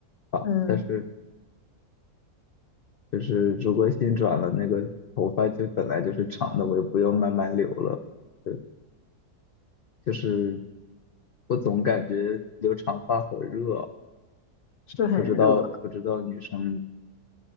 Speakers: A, on the left; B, on the left.
A: 发，
B: 嗯，
A: 但是就是如果性转了，那个头发就本来就是长的，我也不用慢慢留了。就就是我总感觉留长发好热，
B: 是很热，
A: 不知道不知道女生